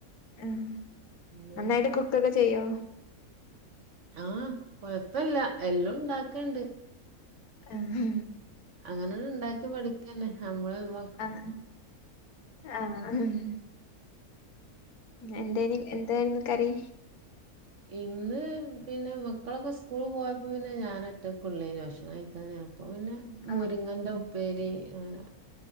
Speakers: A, on the left; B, on the right.
A: ഹാ
B: പിന്നെ
A: നന്നായിട്ട് കുക്കൊക്കെ ചെയ്യോ
B: ആ കൊഴപ്പില്ല എല്ലാം ഇണ്ടാക്കണ്ട്
A: ആ ഹ്
B: അങ്ങനെണ്ടാക്കി പഠിക്കണ നമ്മള് വ
A: ആഹ ആഹ ആഹാ ആം എന്തേ ന്നി എന്ദ് തേനു കറി
B: ഇന്ന് പിന്നെ മക്കളൊക്കെ സ്കൂള് പോയപ്പോ പിന്നെ ഞാന് ഒറ്റക്കള്ളേനി ഭക്ഷണം കഴിക്കാന് അപ്പൊ പിന്നെ
A: ആ
B: മുരിങ്ങന്റെ ഉപ്പേരി അങ്ങനെ